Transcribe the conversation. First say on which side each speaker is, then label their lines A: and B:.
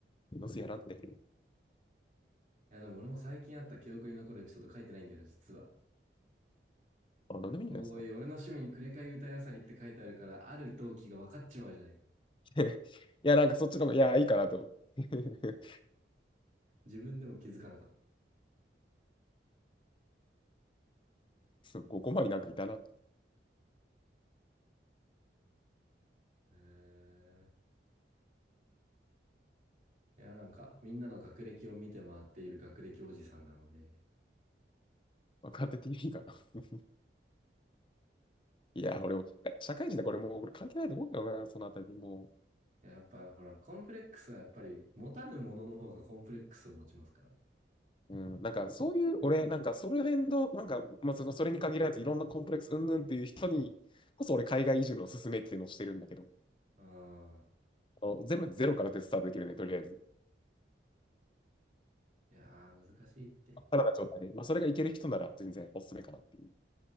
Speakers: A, on the left; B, on the right.
A: どうせやらんって。
B: いや、でも俺も最近あった記憶に残るエピソード書いてないんだよな、実は。
A: あ、なんでもいいんじゃないですか。
B: おい、俺の趣味にくれかい歌いあさりって書いてあるから、ある動機が分かっちまうじゃないか。
A: <laughs> いや、なんかそっちの方が、いや、いいかなと思って。<laughs>
B: 自分でも気づかなかった。
A: そう、5コマになんかいたな。
B: えー、いや、なんか、みんなの学歴を見て回っている学歴おじさんなので、
A: 若手いいかな。いや、俺も、社会人だ、これもう、これ関係ないと思うけどな、そのあたり。もう、
B: いややっぱほら、コンプレックスはやっぱり持たぬものの方がコンプレックスを持ちますから。
A: うん、なんかそういう、俺、なんかその辺の、なんか、まあ、そのそれに限らず、いろんなコンプレックスうんぬんっていう人にこそ、俺、海外移住のおすすめっていうのをしてるんだけど、
B: うん。
A: あの全部ゼロからでスタートできるね、とりあえず。
B: いやー、難しいって。
A: さらな状態で、まあ、それがいける人なら全然おすすめかなっていう。